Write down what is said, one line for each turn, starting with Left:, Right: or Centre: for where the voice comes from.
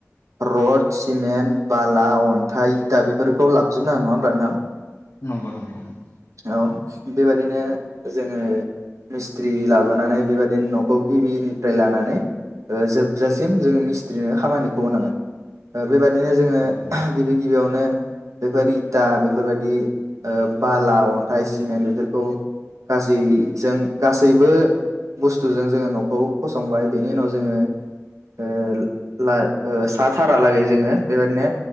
Right: रड सिमेन्ट बाला अन्थाइ दा बेफोरखौ लाबजोबनांगोन नङा होनोमबा नोंथां? <inaudible>
Left: नंगौ नोंथां।
Right: औ बेबायदिनो जोङो मिस्ट्रि लाबोनानै बेबाद बिन न'खौ गिबिनिफ्राय लानानै ओ जोबजासिम जोंङो मिस्ट्रिनो खामानिखौ होनांगोन ओ बेबादिनो जोङो
Left: थारैनो
Right: गिबि गिबियावनो बेफोर इता बेफोरबादि ओ बाला अन्थाइ सिमेन्ट बेफोरखौ गासैजों गासैबो बुस्थुजों जोङो न'खौ फसंबाय बेनि उनाव जोङो ओ ला साथारालागै जोङो बेबायादिनो